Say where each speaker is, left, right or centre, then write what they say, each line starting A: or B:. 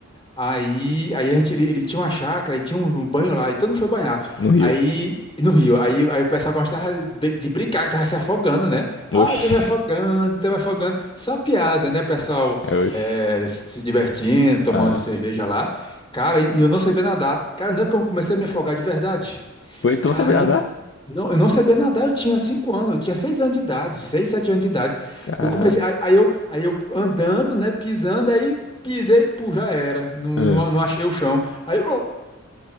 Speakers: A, on the left; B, on the left.
A: Aí, aí a gente, ele, ele tinha uma chácara, e tinha um um banho lá, e todo mundo foi banhar.
B: no rio.
A: Aí, no rio, aí, aí o pessoal gostava de de brincar, que tava se afogando, né? Ah,
B: Oxi,
A: tô me afogando, tô me afogando. Só piada, né? O pessoal
B: é, oxi.
A: eh, se divertindo, tomando
B: Ah.
A: cerveja lá. Cara, e eu não sabia nadar. Cara, não é como eu comecei a me afogar de verdade.
B: Ué, tu
A: Cara,
B: não sabe nadar?
A: não, eu não sabia nadar, eu tinha cinco anos, eu tinha seis anos de idade, seis, sete anos de idade.
B: Caraca.
A: Eu comecei, aí, aí eu, aí eu andando, né, pisando, aí pisei, pô, já era, não,
B: Ah,
A: não, não achei o chão. Aí,